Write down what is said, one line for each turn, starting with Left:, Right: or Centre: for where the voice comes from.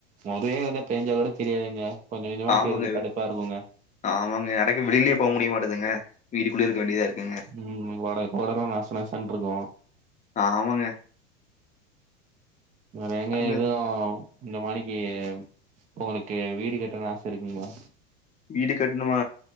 Right: ஒரே அடியா பெஞ்சாக் கூட தெரியாதுங்க கொஞ்ச கொஞ்சமா
Left: ஆமாங்க
Right: பேய்ரது கடுப்பா இருக்குங்க
Left: ஆமாங்க எனக்கு வெளியிலயே போக முடிய மாட்டதுங்க வீட்டுக்குள்ளே இருக்க வேண்டியதா இருக்குங்க
Right: ம் வட கொடல்லா நச நசனு இருக்கு
Left: ஆமாங்க
Right: அது ஏங்க
Left: அங்க
Right: எது இந்த மாணிக்கு உங்களுக்கு வீடு கட்டுனுன்னு ஆச இருக்குங்களா
Left: வீடு கட்ணுமா